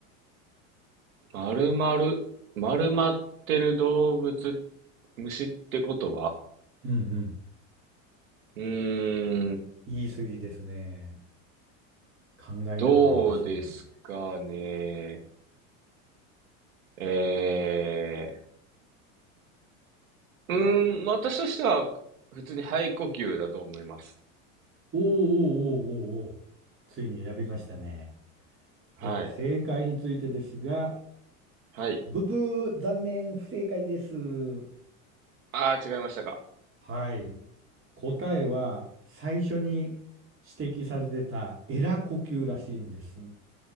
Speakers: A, on the right (about 90°); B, on the right (about 30°).
A: 丸々、丸まってる動物、虫ってことは、
B: うんうん。
A: うーん、
B: いい数字ですね。考えながらいいですね。
A: どうですかね。えー、うーん、私としては、普通に肺呼吸だと思います。
B: おーおーおーおーおー。ついに選びましたね。
A: はい。
B: では、正解についてですが、
A: はい。
B: ブブー、残念、不正解です。
A: あー違いましたか。
B: はい。答えは最初に指摘されてたエラ呼吸らしいんです。